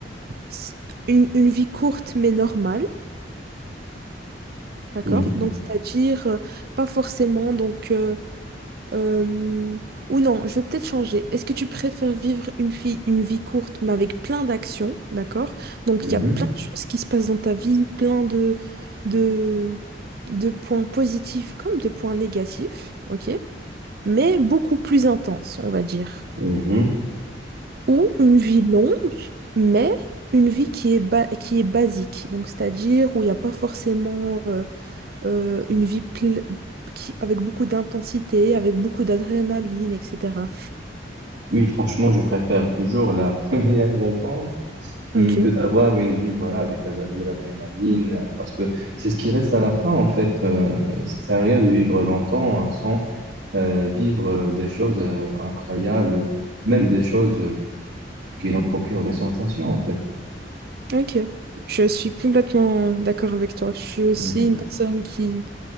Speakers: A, on the right (about 55°); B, on the right (about 70°).
A: s- une, une vie courte mais normale, d'accord?
B: Mhm.
A: Donc, c'est-à-dire euh, pas forcément donc euh, Euh, Ou non, je vais peut-être changer. Est-ce que tu préfères vivre une vie, une vie courte, mais avec plein d'actions, d'accord? Donc,
B: Mhm.
A: il y a plein de choses qui se passent dans ta vie, plein de, de, de points positifs comme de points négatifs, ok? Mais beaucoup plus intense, on va dire.
B: Mhm.
A: Ou une vie longue, mais une vie qui est, ba- qui est basique. Donc, c'est-à-dire où il n'y a pas forcément euh, euh, une vie ple- qui- avec beaucoup d'intensité, avec beaucoup d'adrénaline, etc.
B: Oui, franchement, je préfère toujours la <laughs> première réponse hum,
A: Ok,
B: que d'avoir une vie, voilà, avec la- de l'adrénaline, euh, parce que c'est ce qui reste à la fin, en fait. euh, ça sert à rien de vivre longtemps euh, sans euh, vivre euh, des choses euh, incroyables ou même des choses euh, qui nous procurent des sensations, en fait.
A: ok. Je suis complètement d'accord avec toi. Je suis aussi
B: Hum,
A: une personne qui,